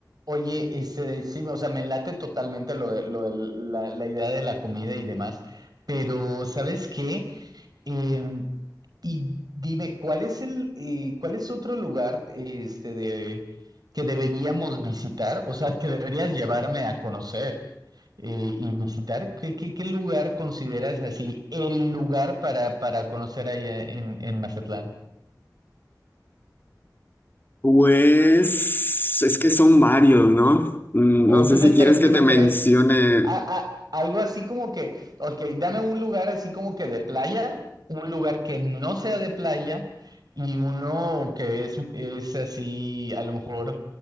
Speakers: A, on the right; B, on the left.
A: Oye, este, sí, o sea, me late totalmente lo de, lo de la, la idea de la comida y demás, pero ¿sabes qué? Eh, y dime, ¿cuál es el, eh, cuál es otro lugar, este, de, que deberíamos visitar? O sea, que deberías llevarme a conocer eh, y visitar. ¿Qué, qué, qué lugar consideras así el lugar para, para conocer allá en, en Mazatlán?
B: Pues es que son varios, ¿no? Mm,
A: O
B: No
A: dime
B: sé si
A: tres,
B: quieres que
A: dime
B: te mencione.
A: tres. A- a- algo así como que, ok, dame un lugar así como que de playa, un lugar que no sea de playa y uno que es, es así, a lo mejor